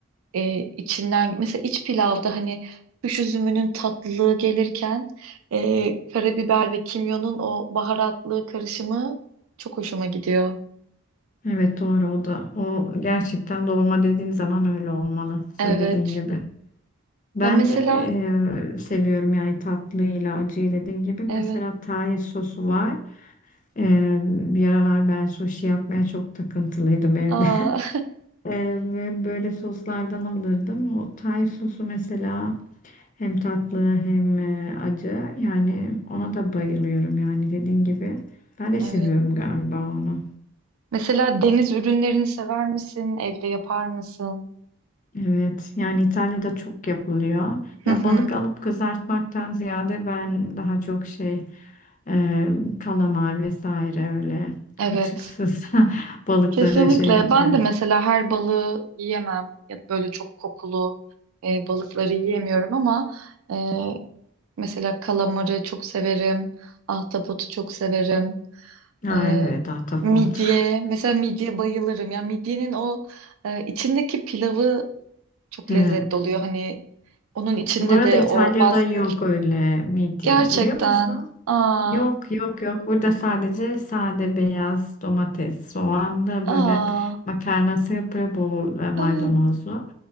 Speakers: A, on the right (about 85°); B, on the left (about 35°).
A: e, içinden mesela iç pilavda hani kuş üzümünün tatlılığı gelirken e, karabiber ve kimyonun o baharatlı karışımı çok hoşuma gidiyor.
B: Evet doğru o da. O gerçekten dolma dediğin zaman öyle olmalı. Söylediğin
A: Evet.
B: gibi. Ben
A: Ya mesela
B: de e, seviyorum yani tatlıyla acıyı dediğin gibi. Mesela
A: evet.
B: Thai sosu var. E, bir aralar ben sushi yapmaya çok takıntılıydım evde.
A: Aa,
B: <laughs> E, ve böyle soslardan alırdım. O Thai sosu mesela hem tatlı hem e, acı. Yani ona da bayılıyorum yani dediğin gibi. Ben de
A: <laughs>
B: seviyorum
A: evet.
B: galiba onu.
A: Mesela deniz ürünlerini sever misin? Evde yapar mısın?
B: Evet, yani İtalya'da çok yapılıyor.
A: Hı
B: Ya
A: hı.
B: balık alıp kızartmaktan ziyade ben daha çok şey e, kalamar vesaire öyle
A: Evet.
B: kılçıksız <laughs> balıkları
A: Kesinlikle.
B: şey yapıyorum.
A: Ben de mesela her balığı yiyemem. Ya da böyle çok kokulu e, balıkları yiyemiyorum ama e, mesela kalamarı çok severim. Ahtapotu çok severim.
B: Ha
A: E,
B: evet, ahtapot.
A: midye. Mesela midye bayılırım. Ya midyenin o e, içindeki pilavı çok
B: Evet.
A: lezzetli oluyor. Hani onun içinde
B: Bu arada
A: de
B: İtalya'da
A: o baskı.
B: yok öyle midye,
A: Gerçekten.
B: biliyor musun?
A: Aa,
B: Yok yok yok. Burada sadece sade beyaz domates, soğanlı
A: aa.
B: böyle makarnası yapıyor bol e, maydanozlu.
A: Evet.